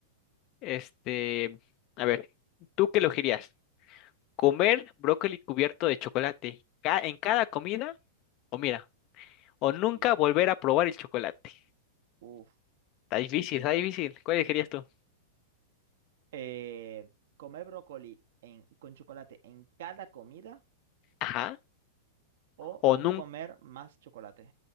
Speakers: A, on the left; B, on the right.
A: Este, a ver, ¿tú qué elegirías? ¿Comer brócoli cubierto de chocolate ca- en cada comida? O mira, o nunca
B: Uy.
A: volver a probar el chocolate.
B: Uf.
A: Está difícil, está difícil. ¿Cuál elegirías tú?
B: Eh, ¿comer brócoli en, con chocolate en cada comida
A: Ajá.
B: o
A: O
B: no
A: nunca.
B: comer más chocolate?